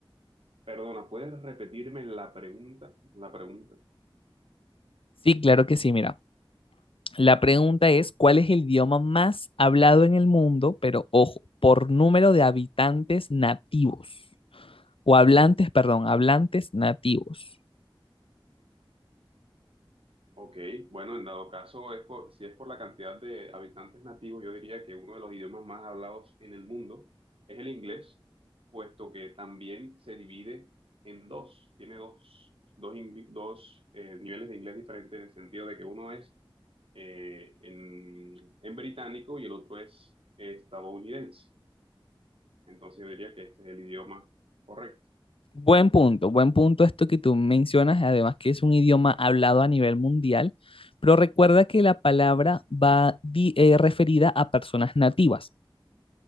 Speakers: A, on the right; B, on the left.
A: Perdona, ¿puedes repetirme la pregunta? La pregunta.
B: Sí, claro que sí, mira. La pregunta es, ¿cuál es el idioma más hablado en el mundo? Pero ojo, por número de habitantes nativos. O hablantes, perdón, hablantes nativos.
A: Ok, bueno, en dado caso, es por- si es por la cantidad de habitantes nativos, yo diría que uno de los idiomas más hablados en el mundo es el inglés, puesto que también se divide en dos, tiene dos, dos, ingl- dos, eh, niveles de inglés diferentes en el sentido de que uno es eh, en, en británico y el otro es eh, estadounidense. Entonces yo diría que este es el idioma correcto.
B: Buen punto, buen punto esto que tú mencionas, además que es un idioma hablado a nivel mundial, pero recuerda que la palabra va di- eh, referida a personas nativas.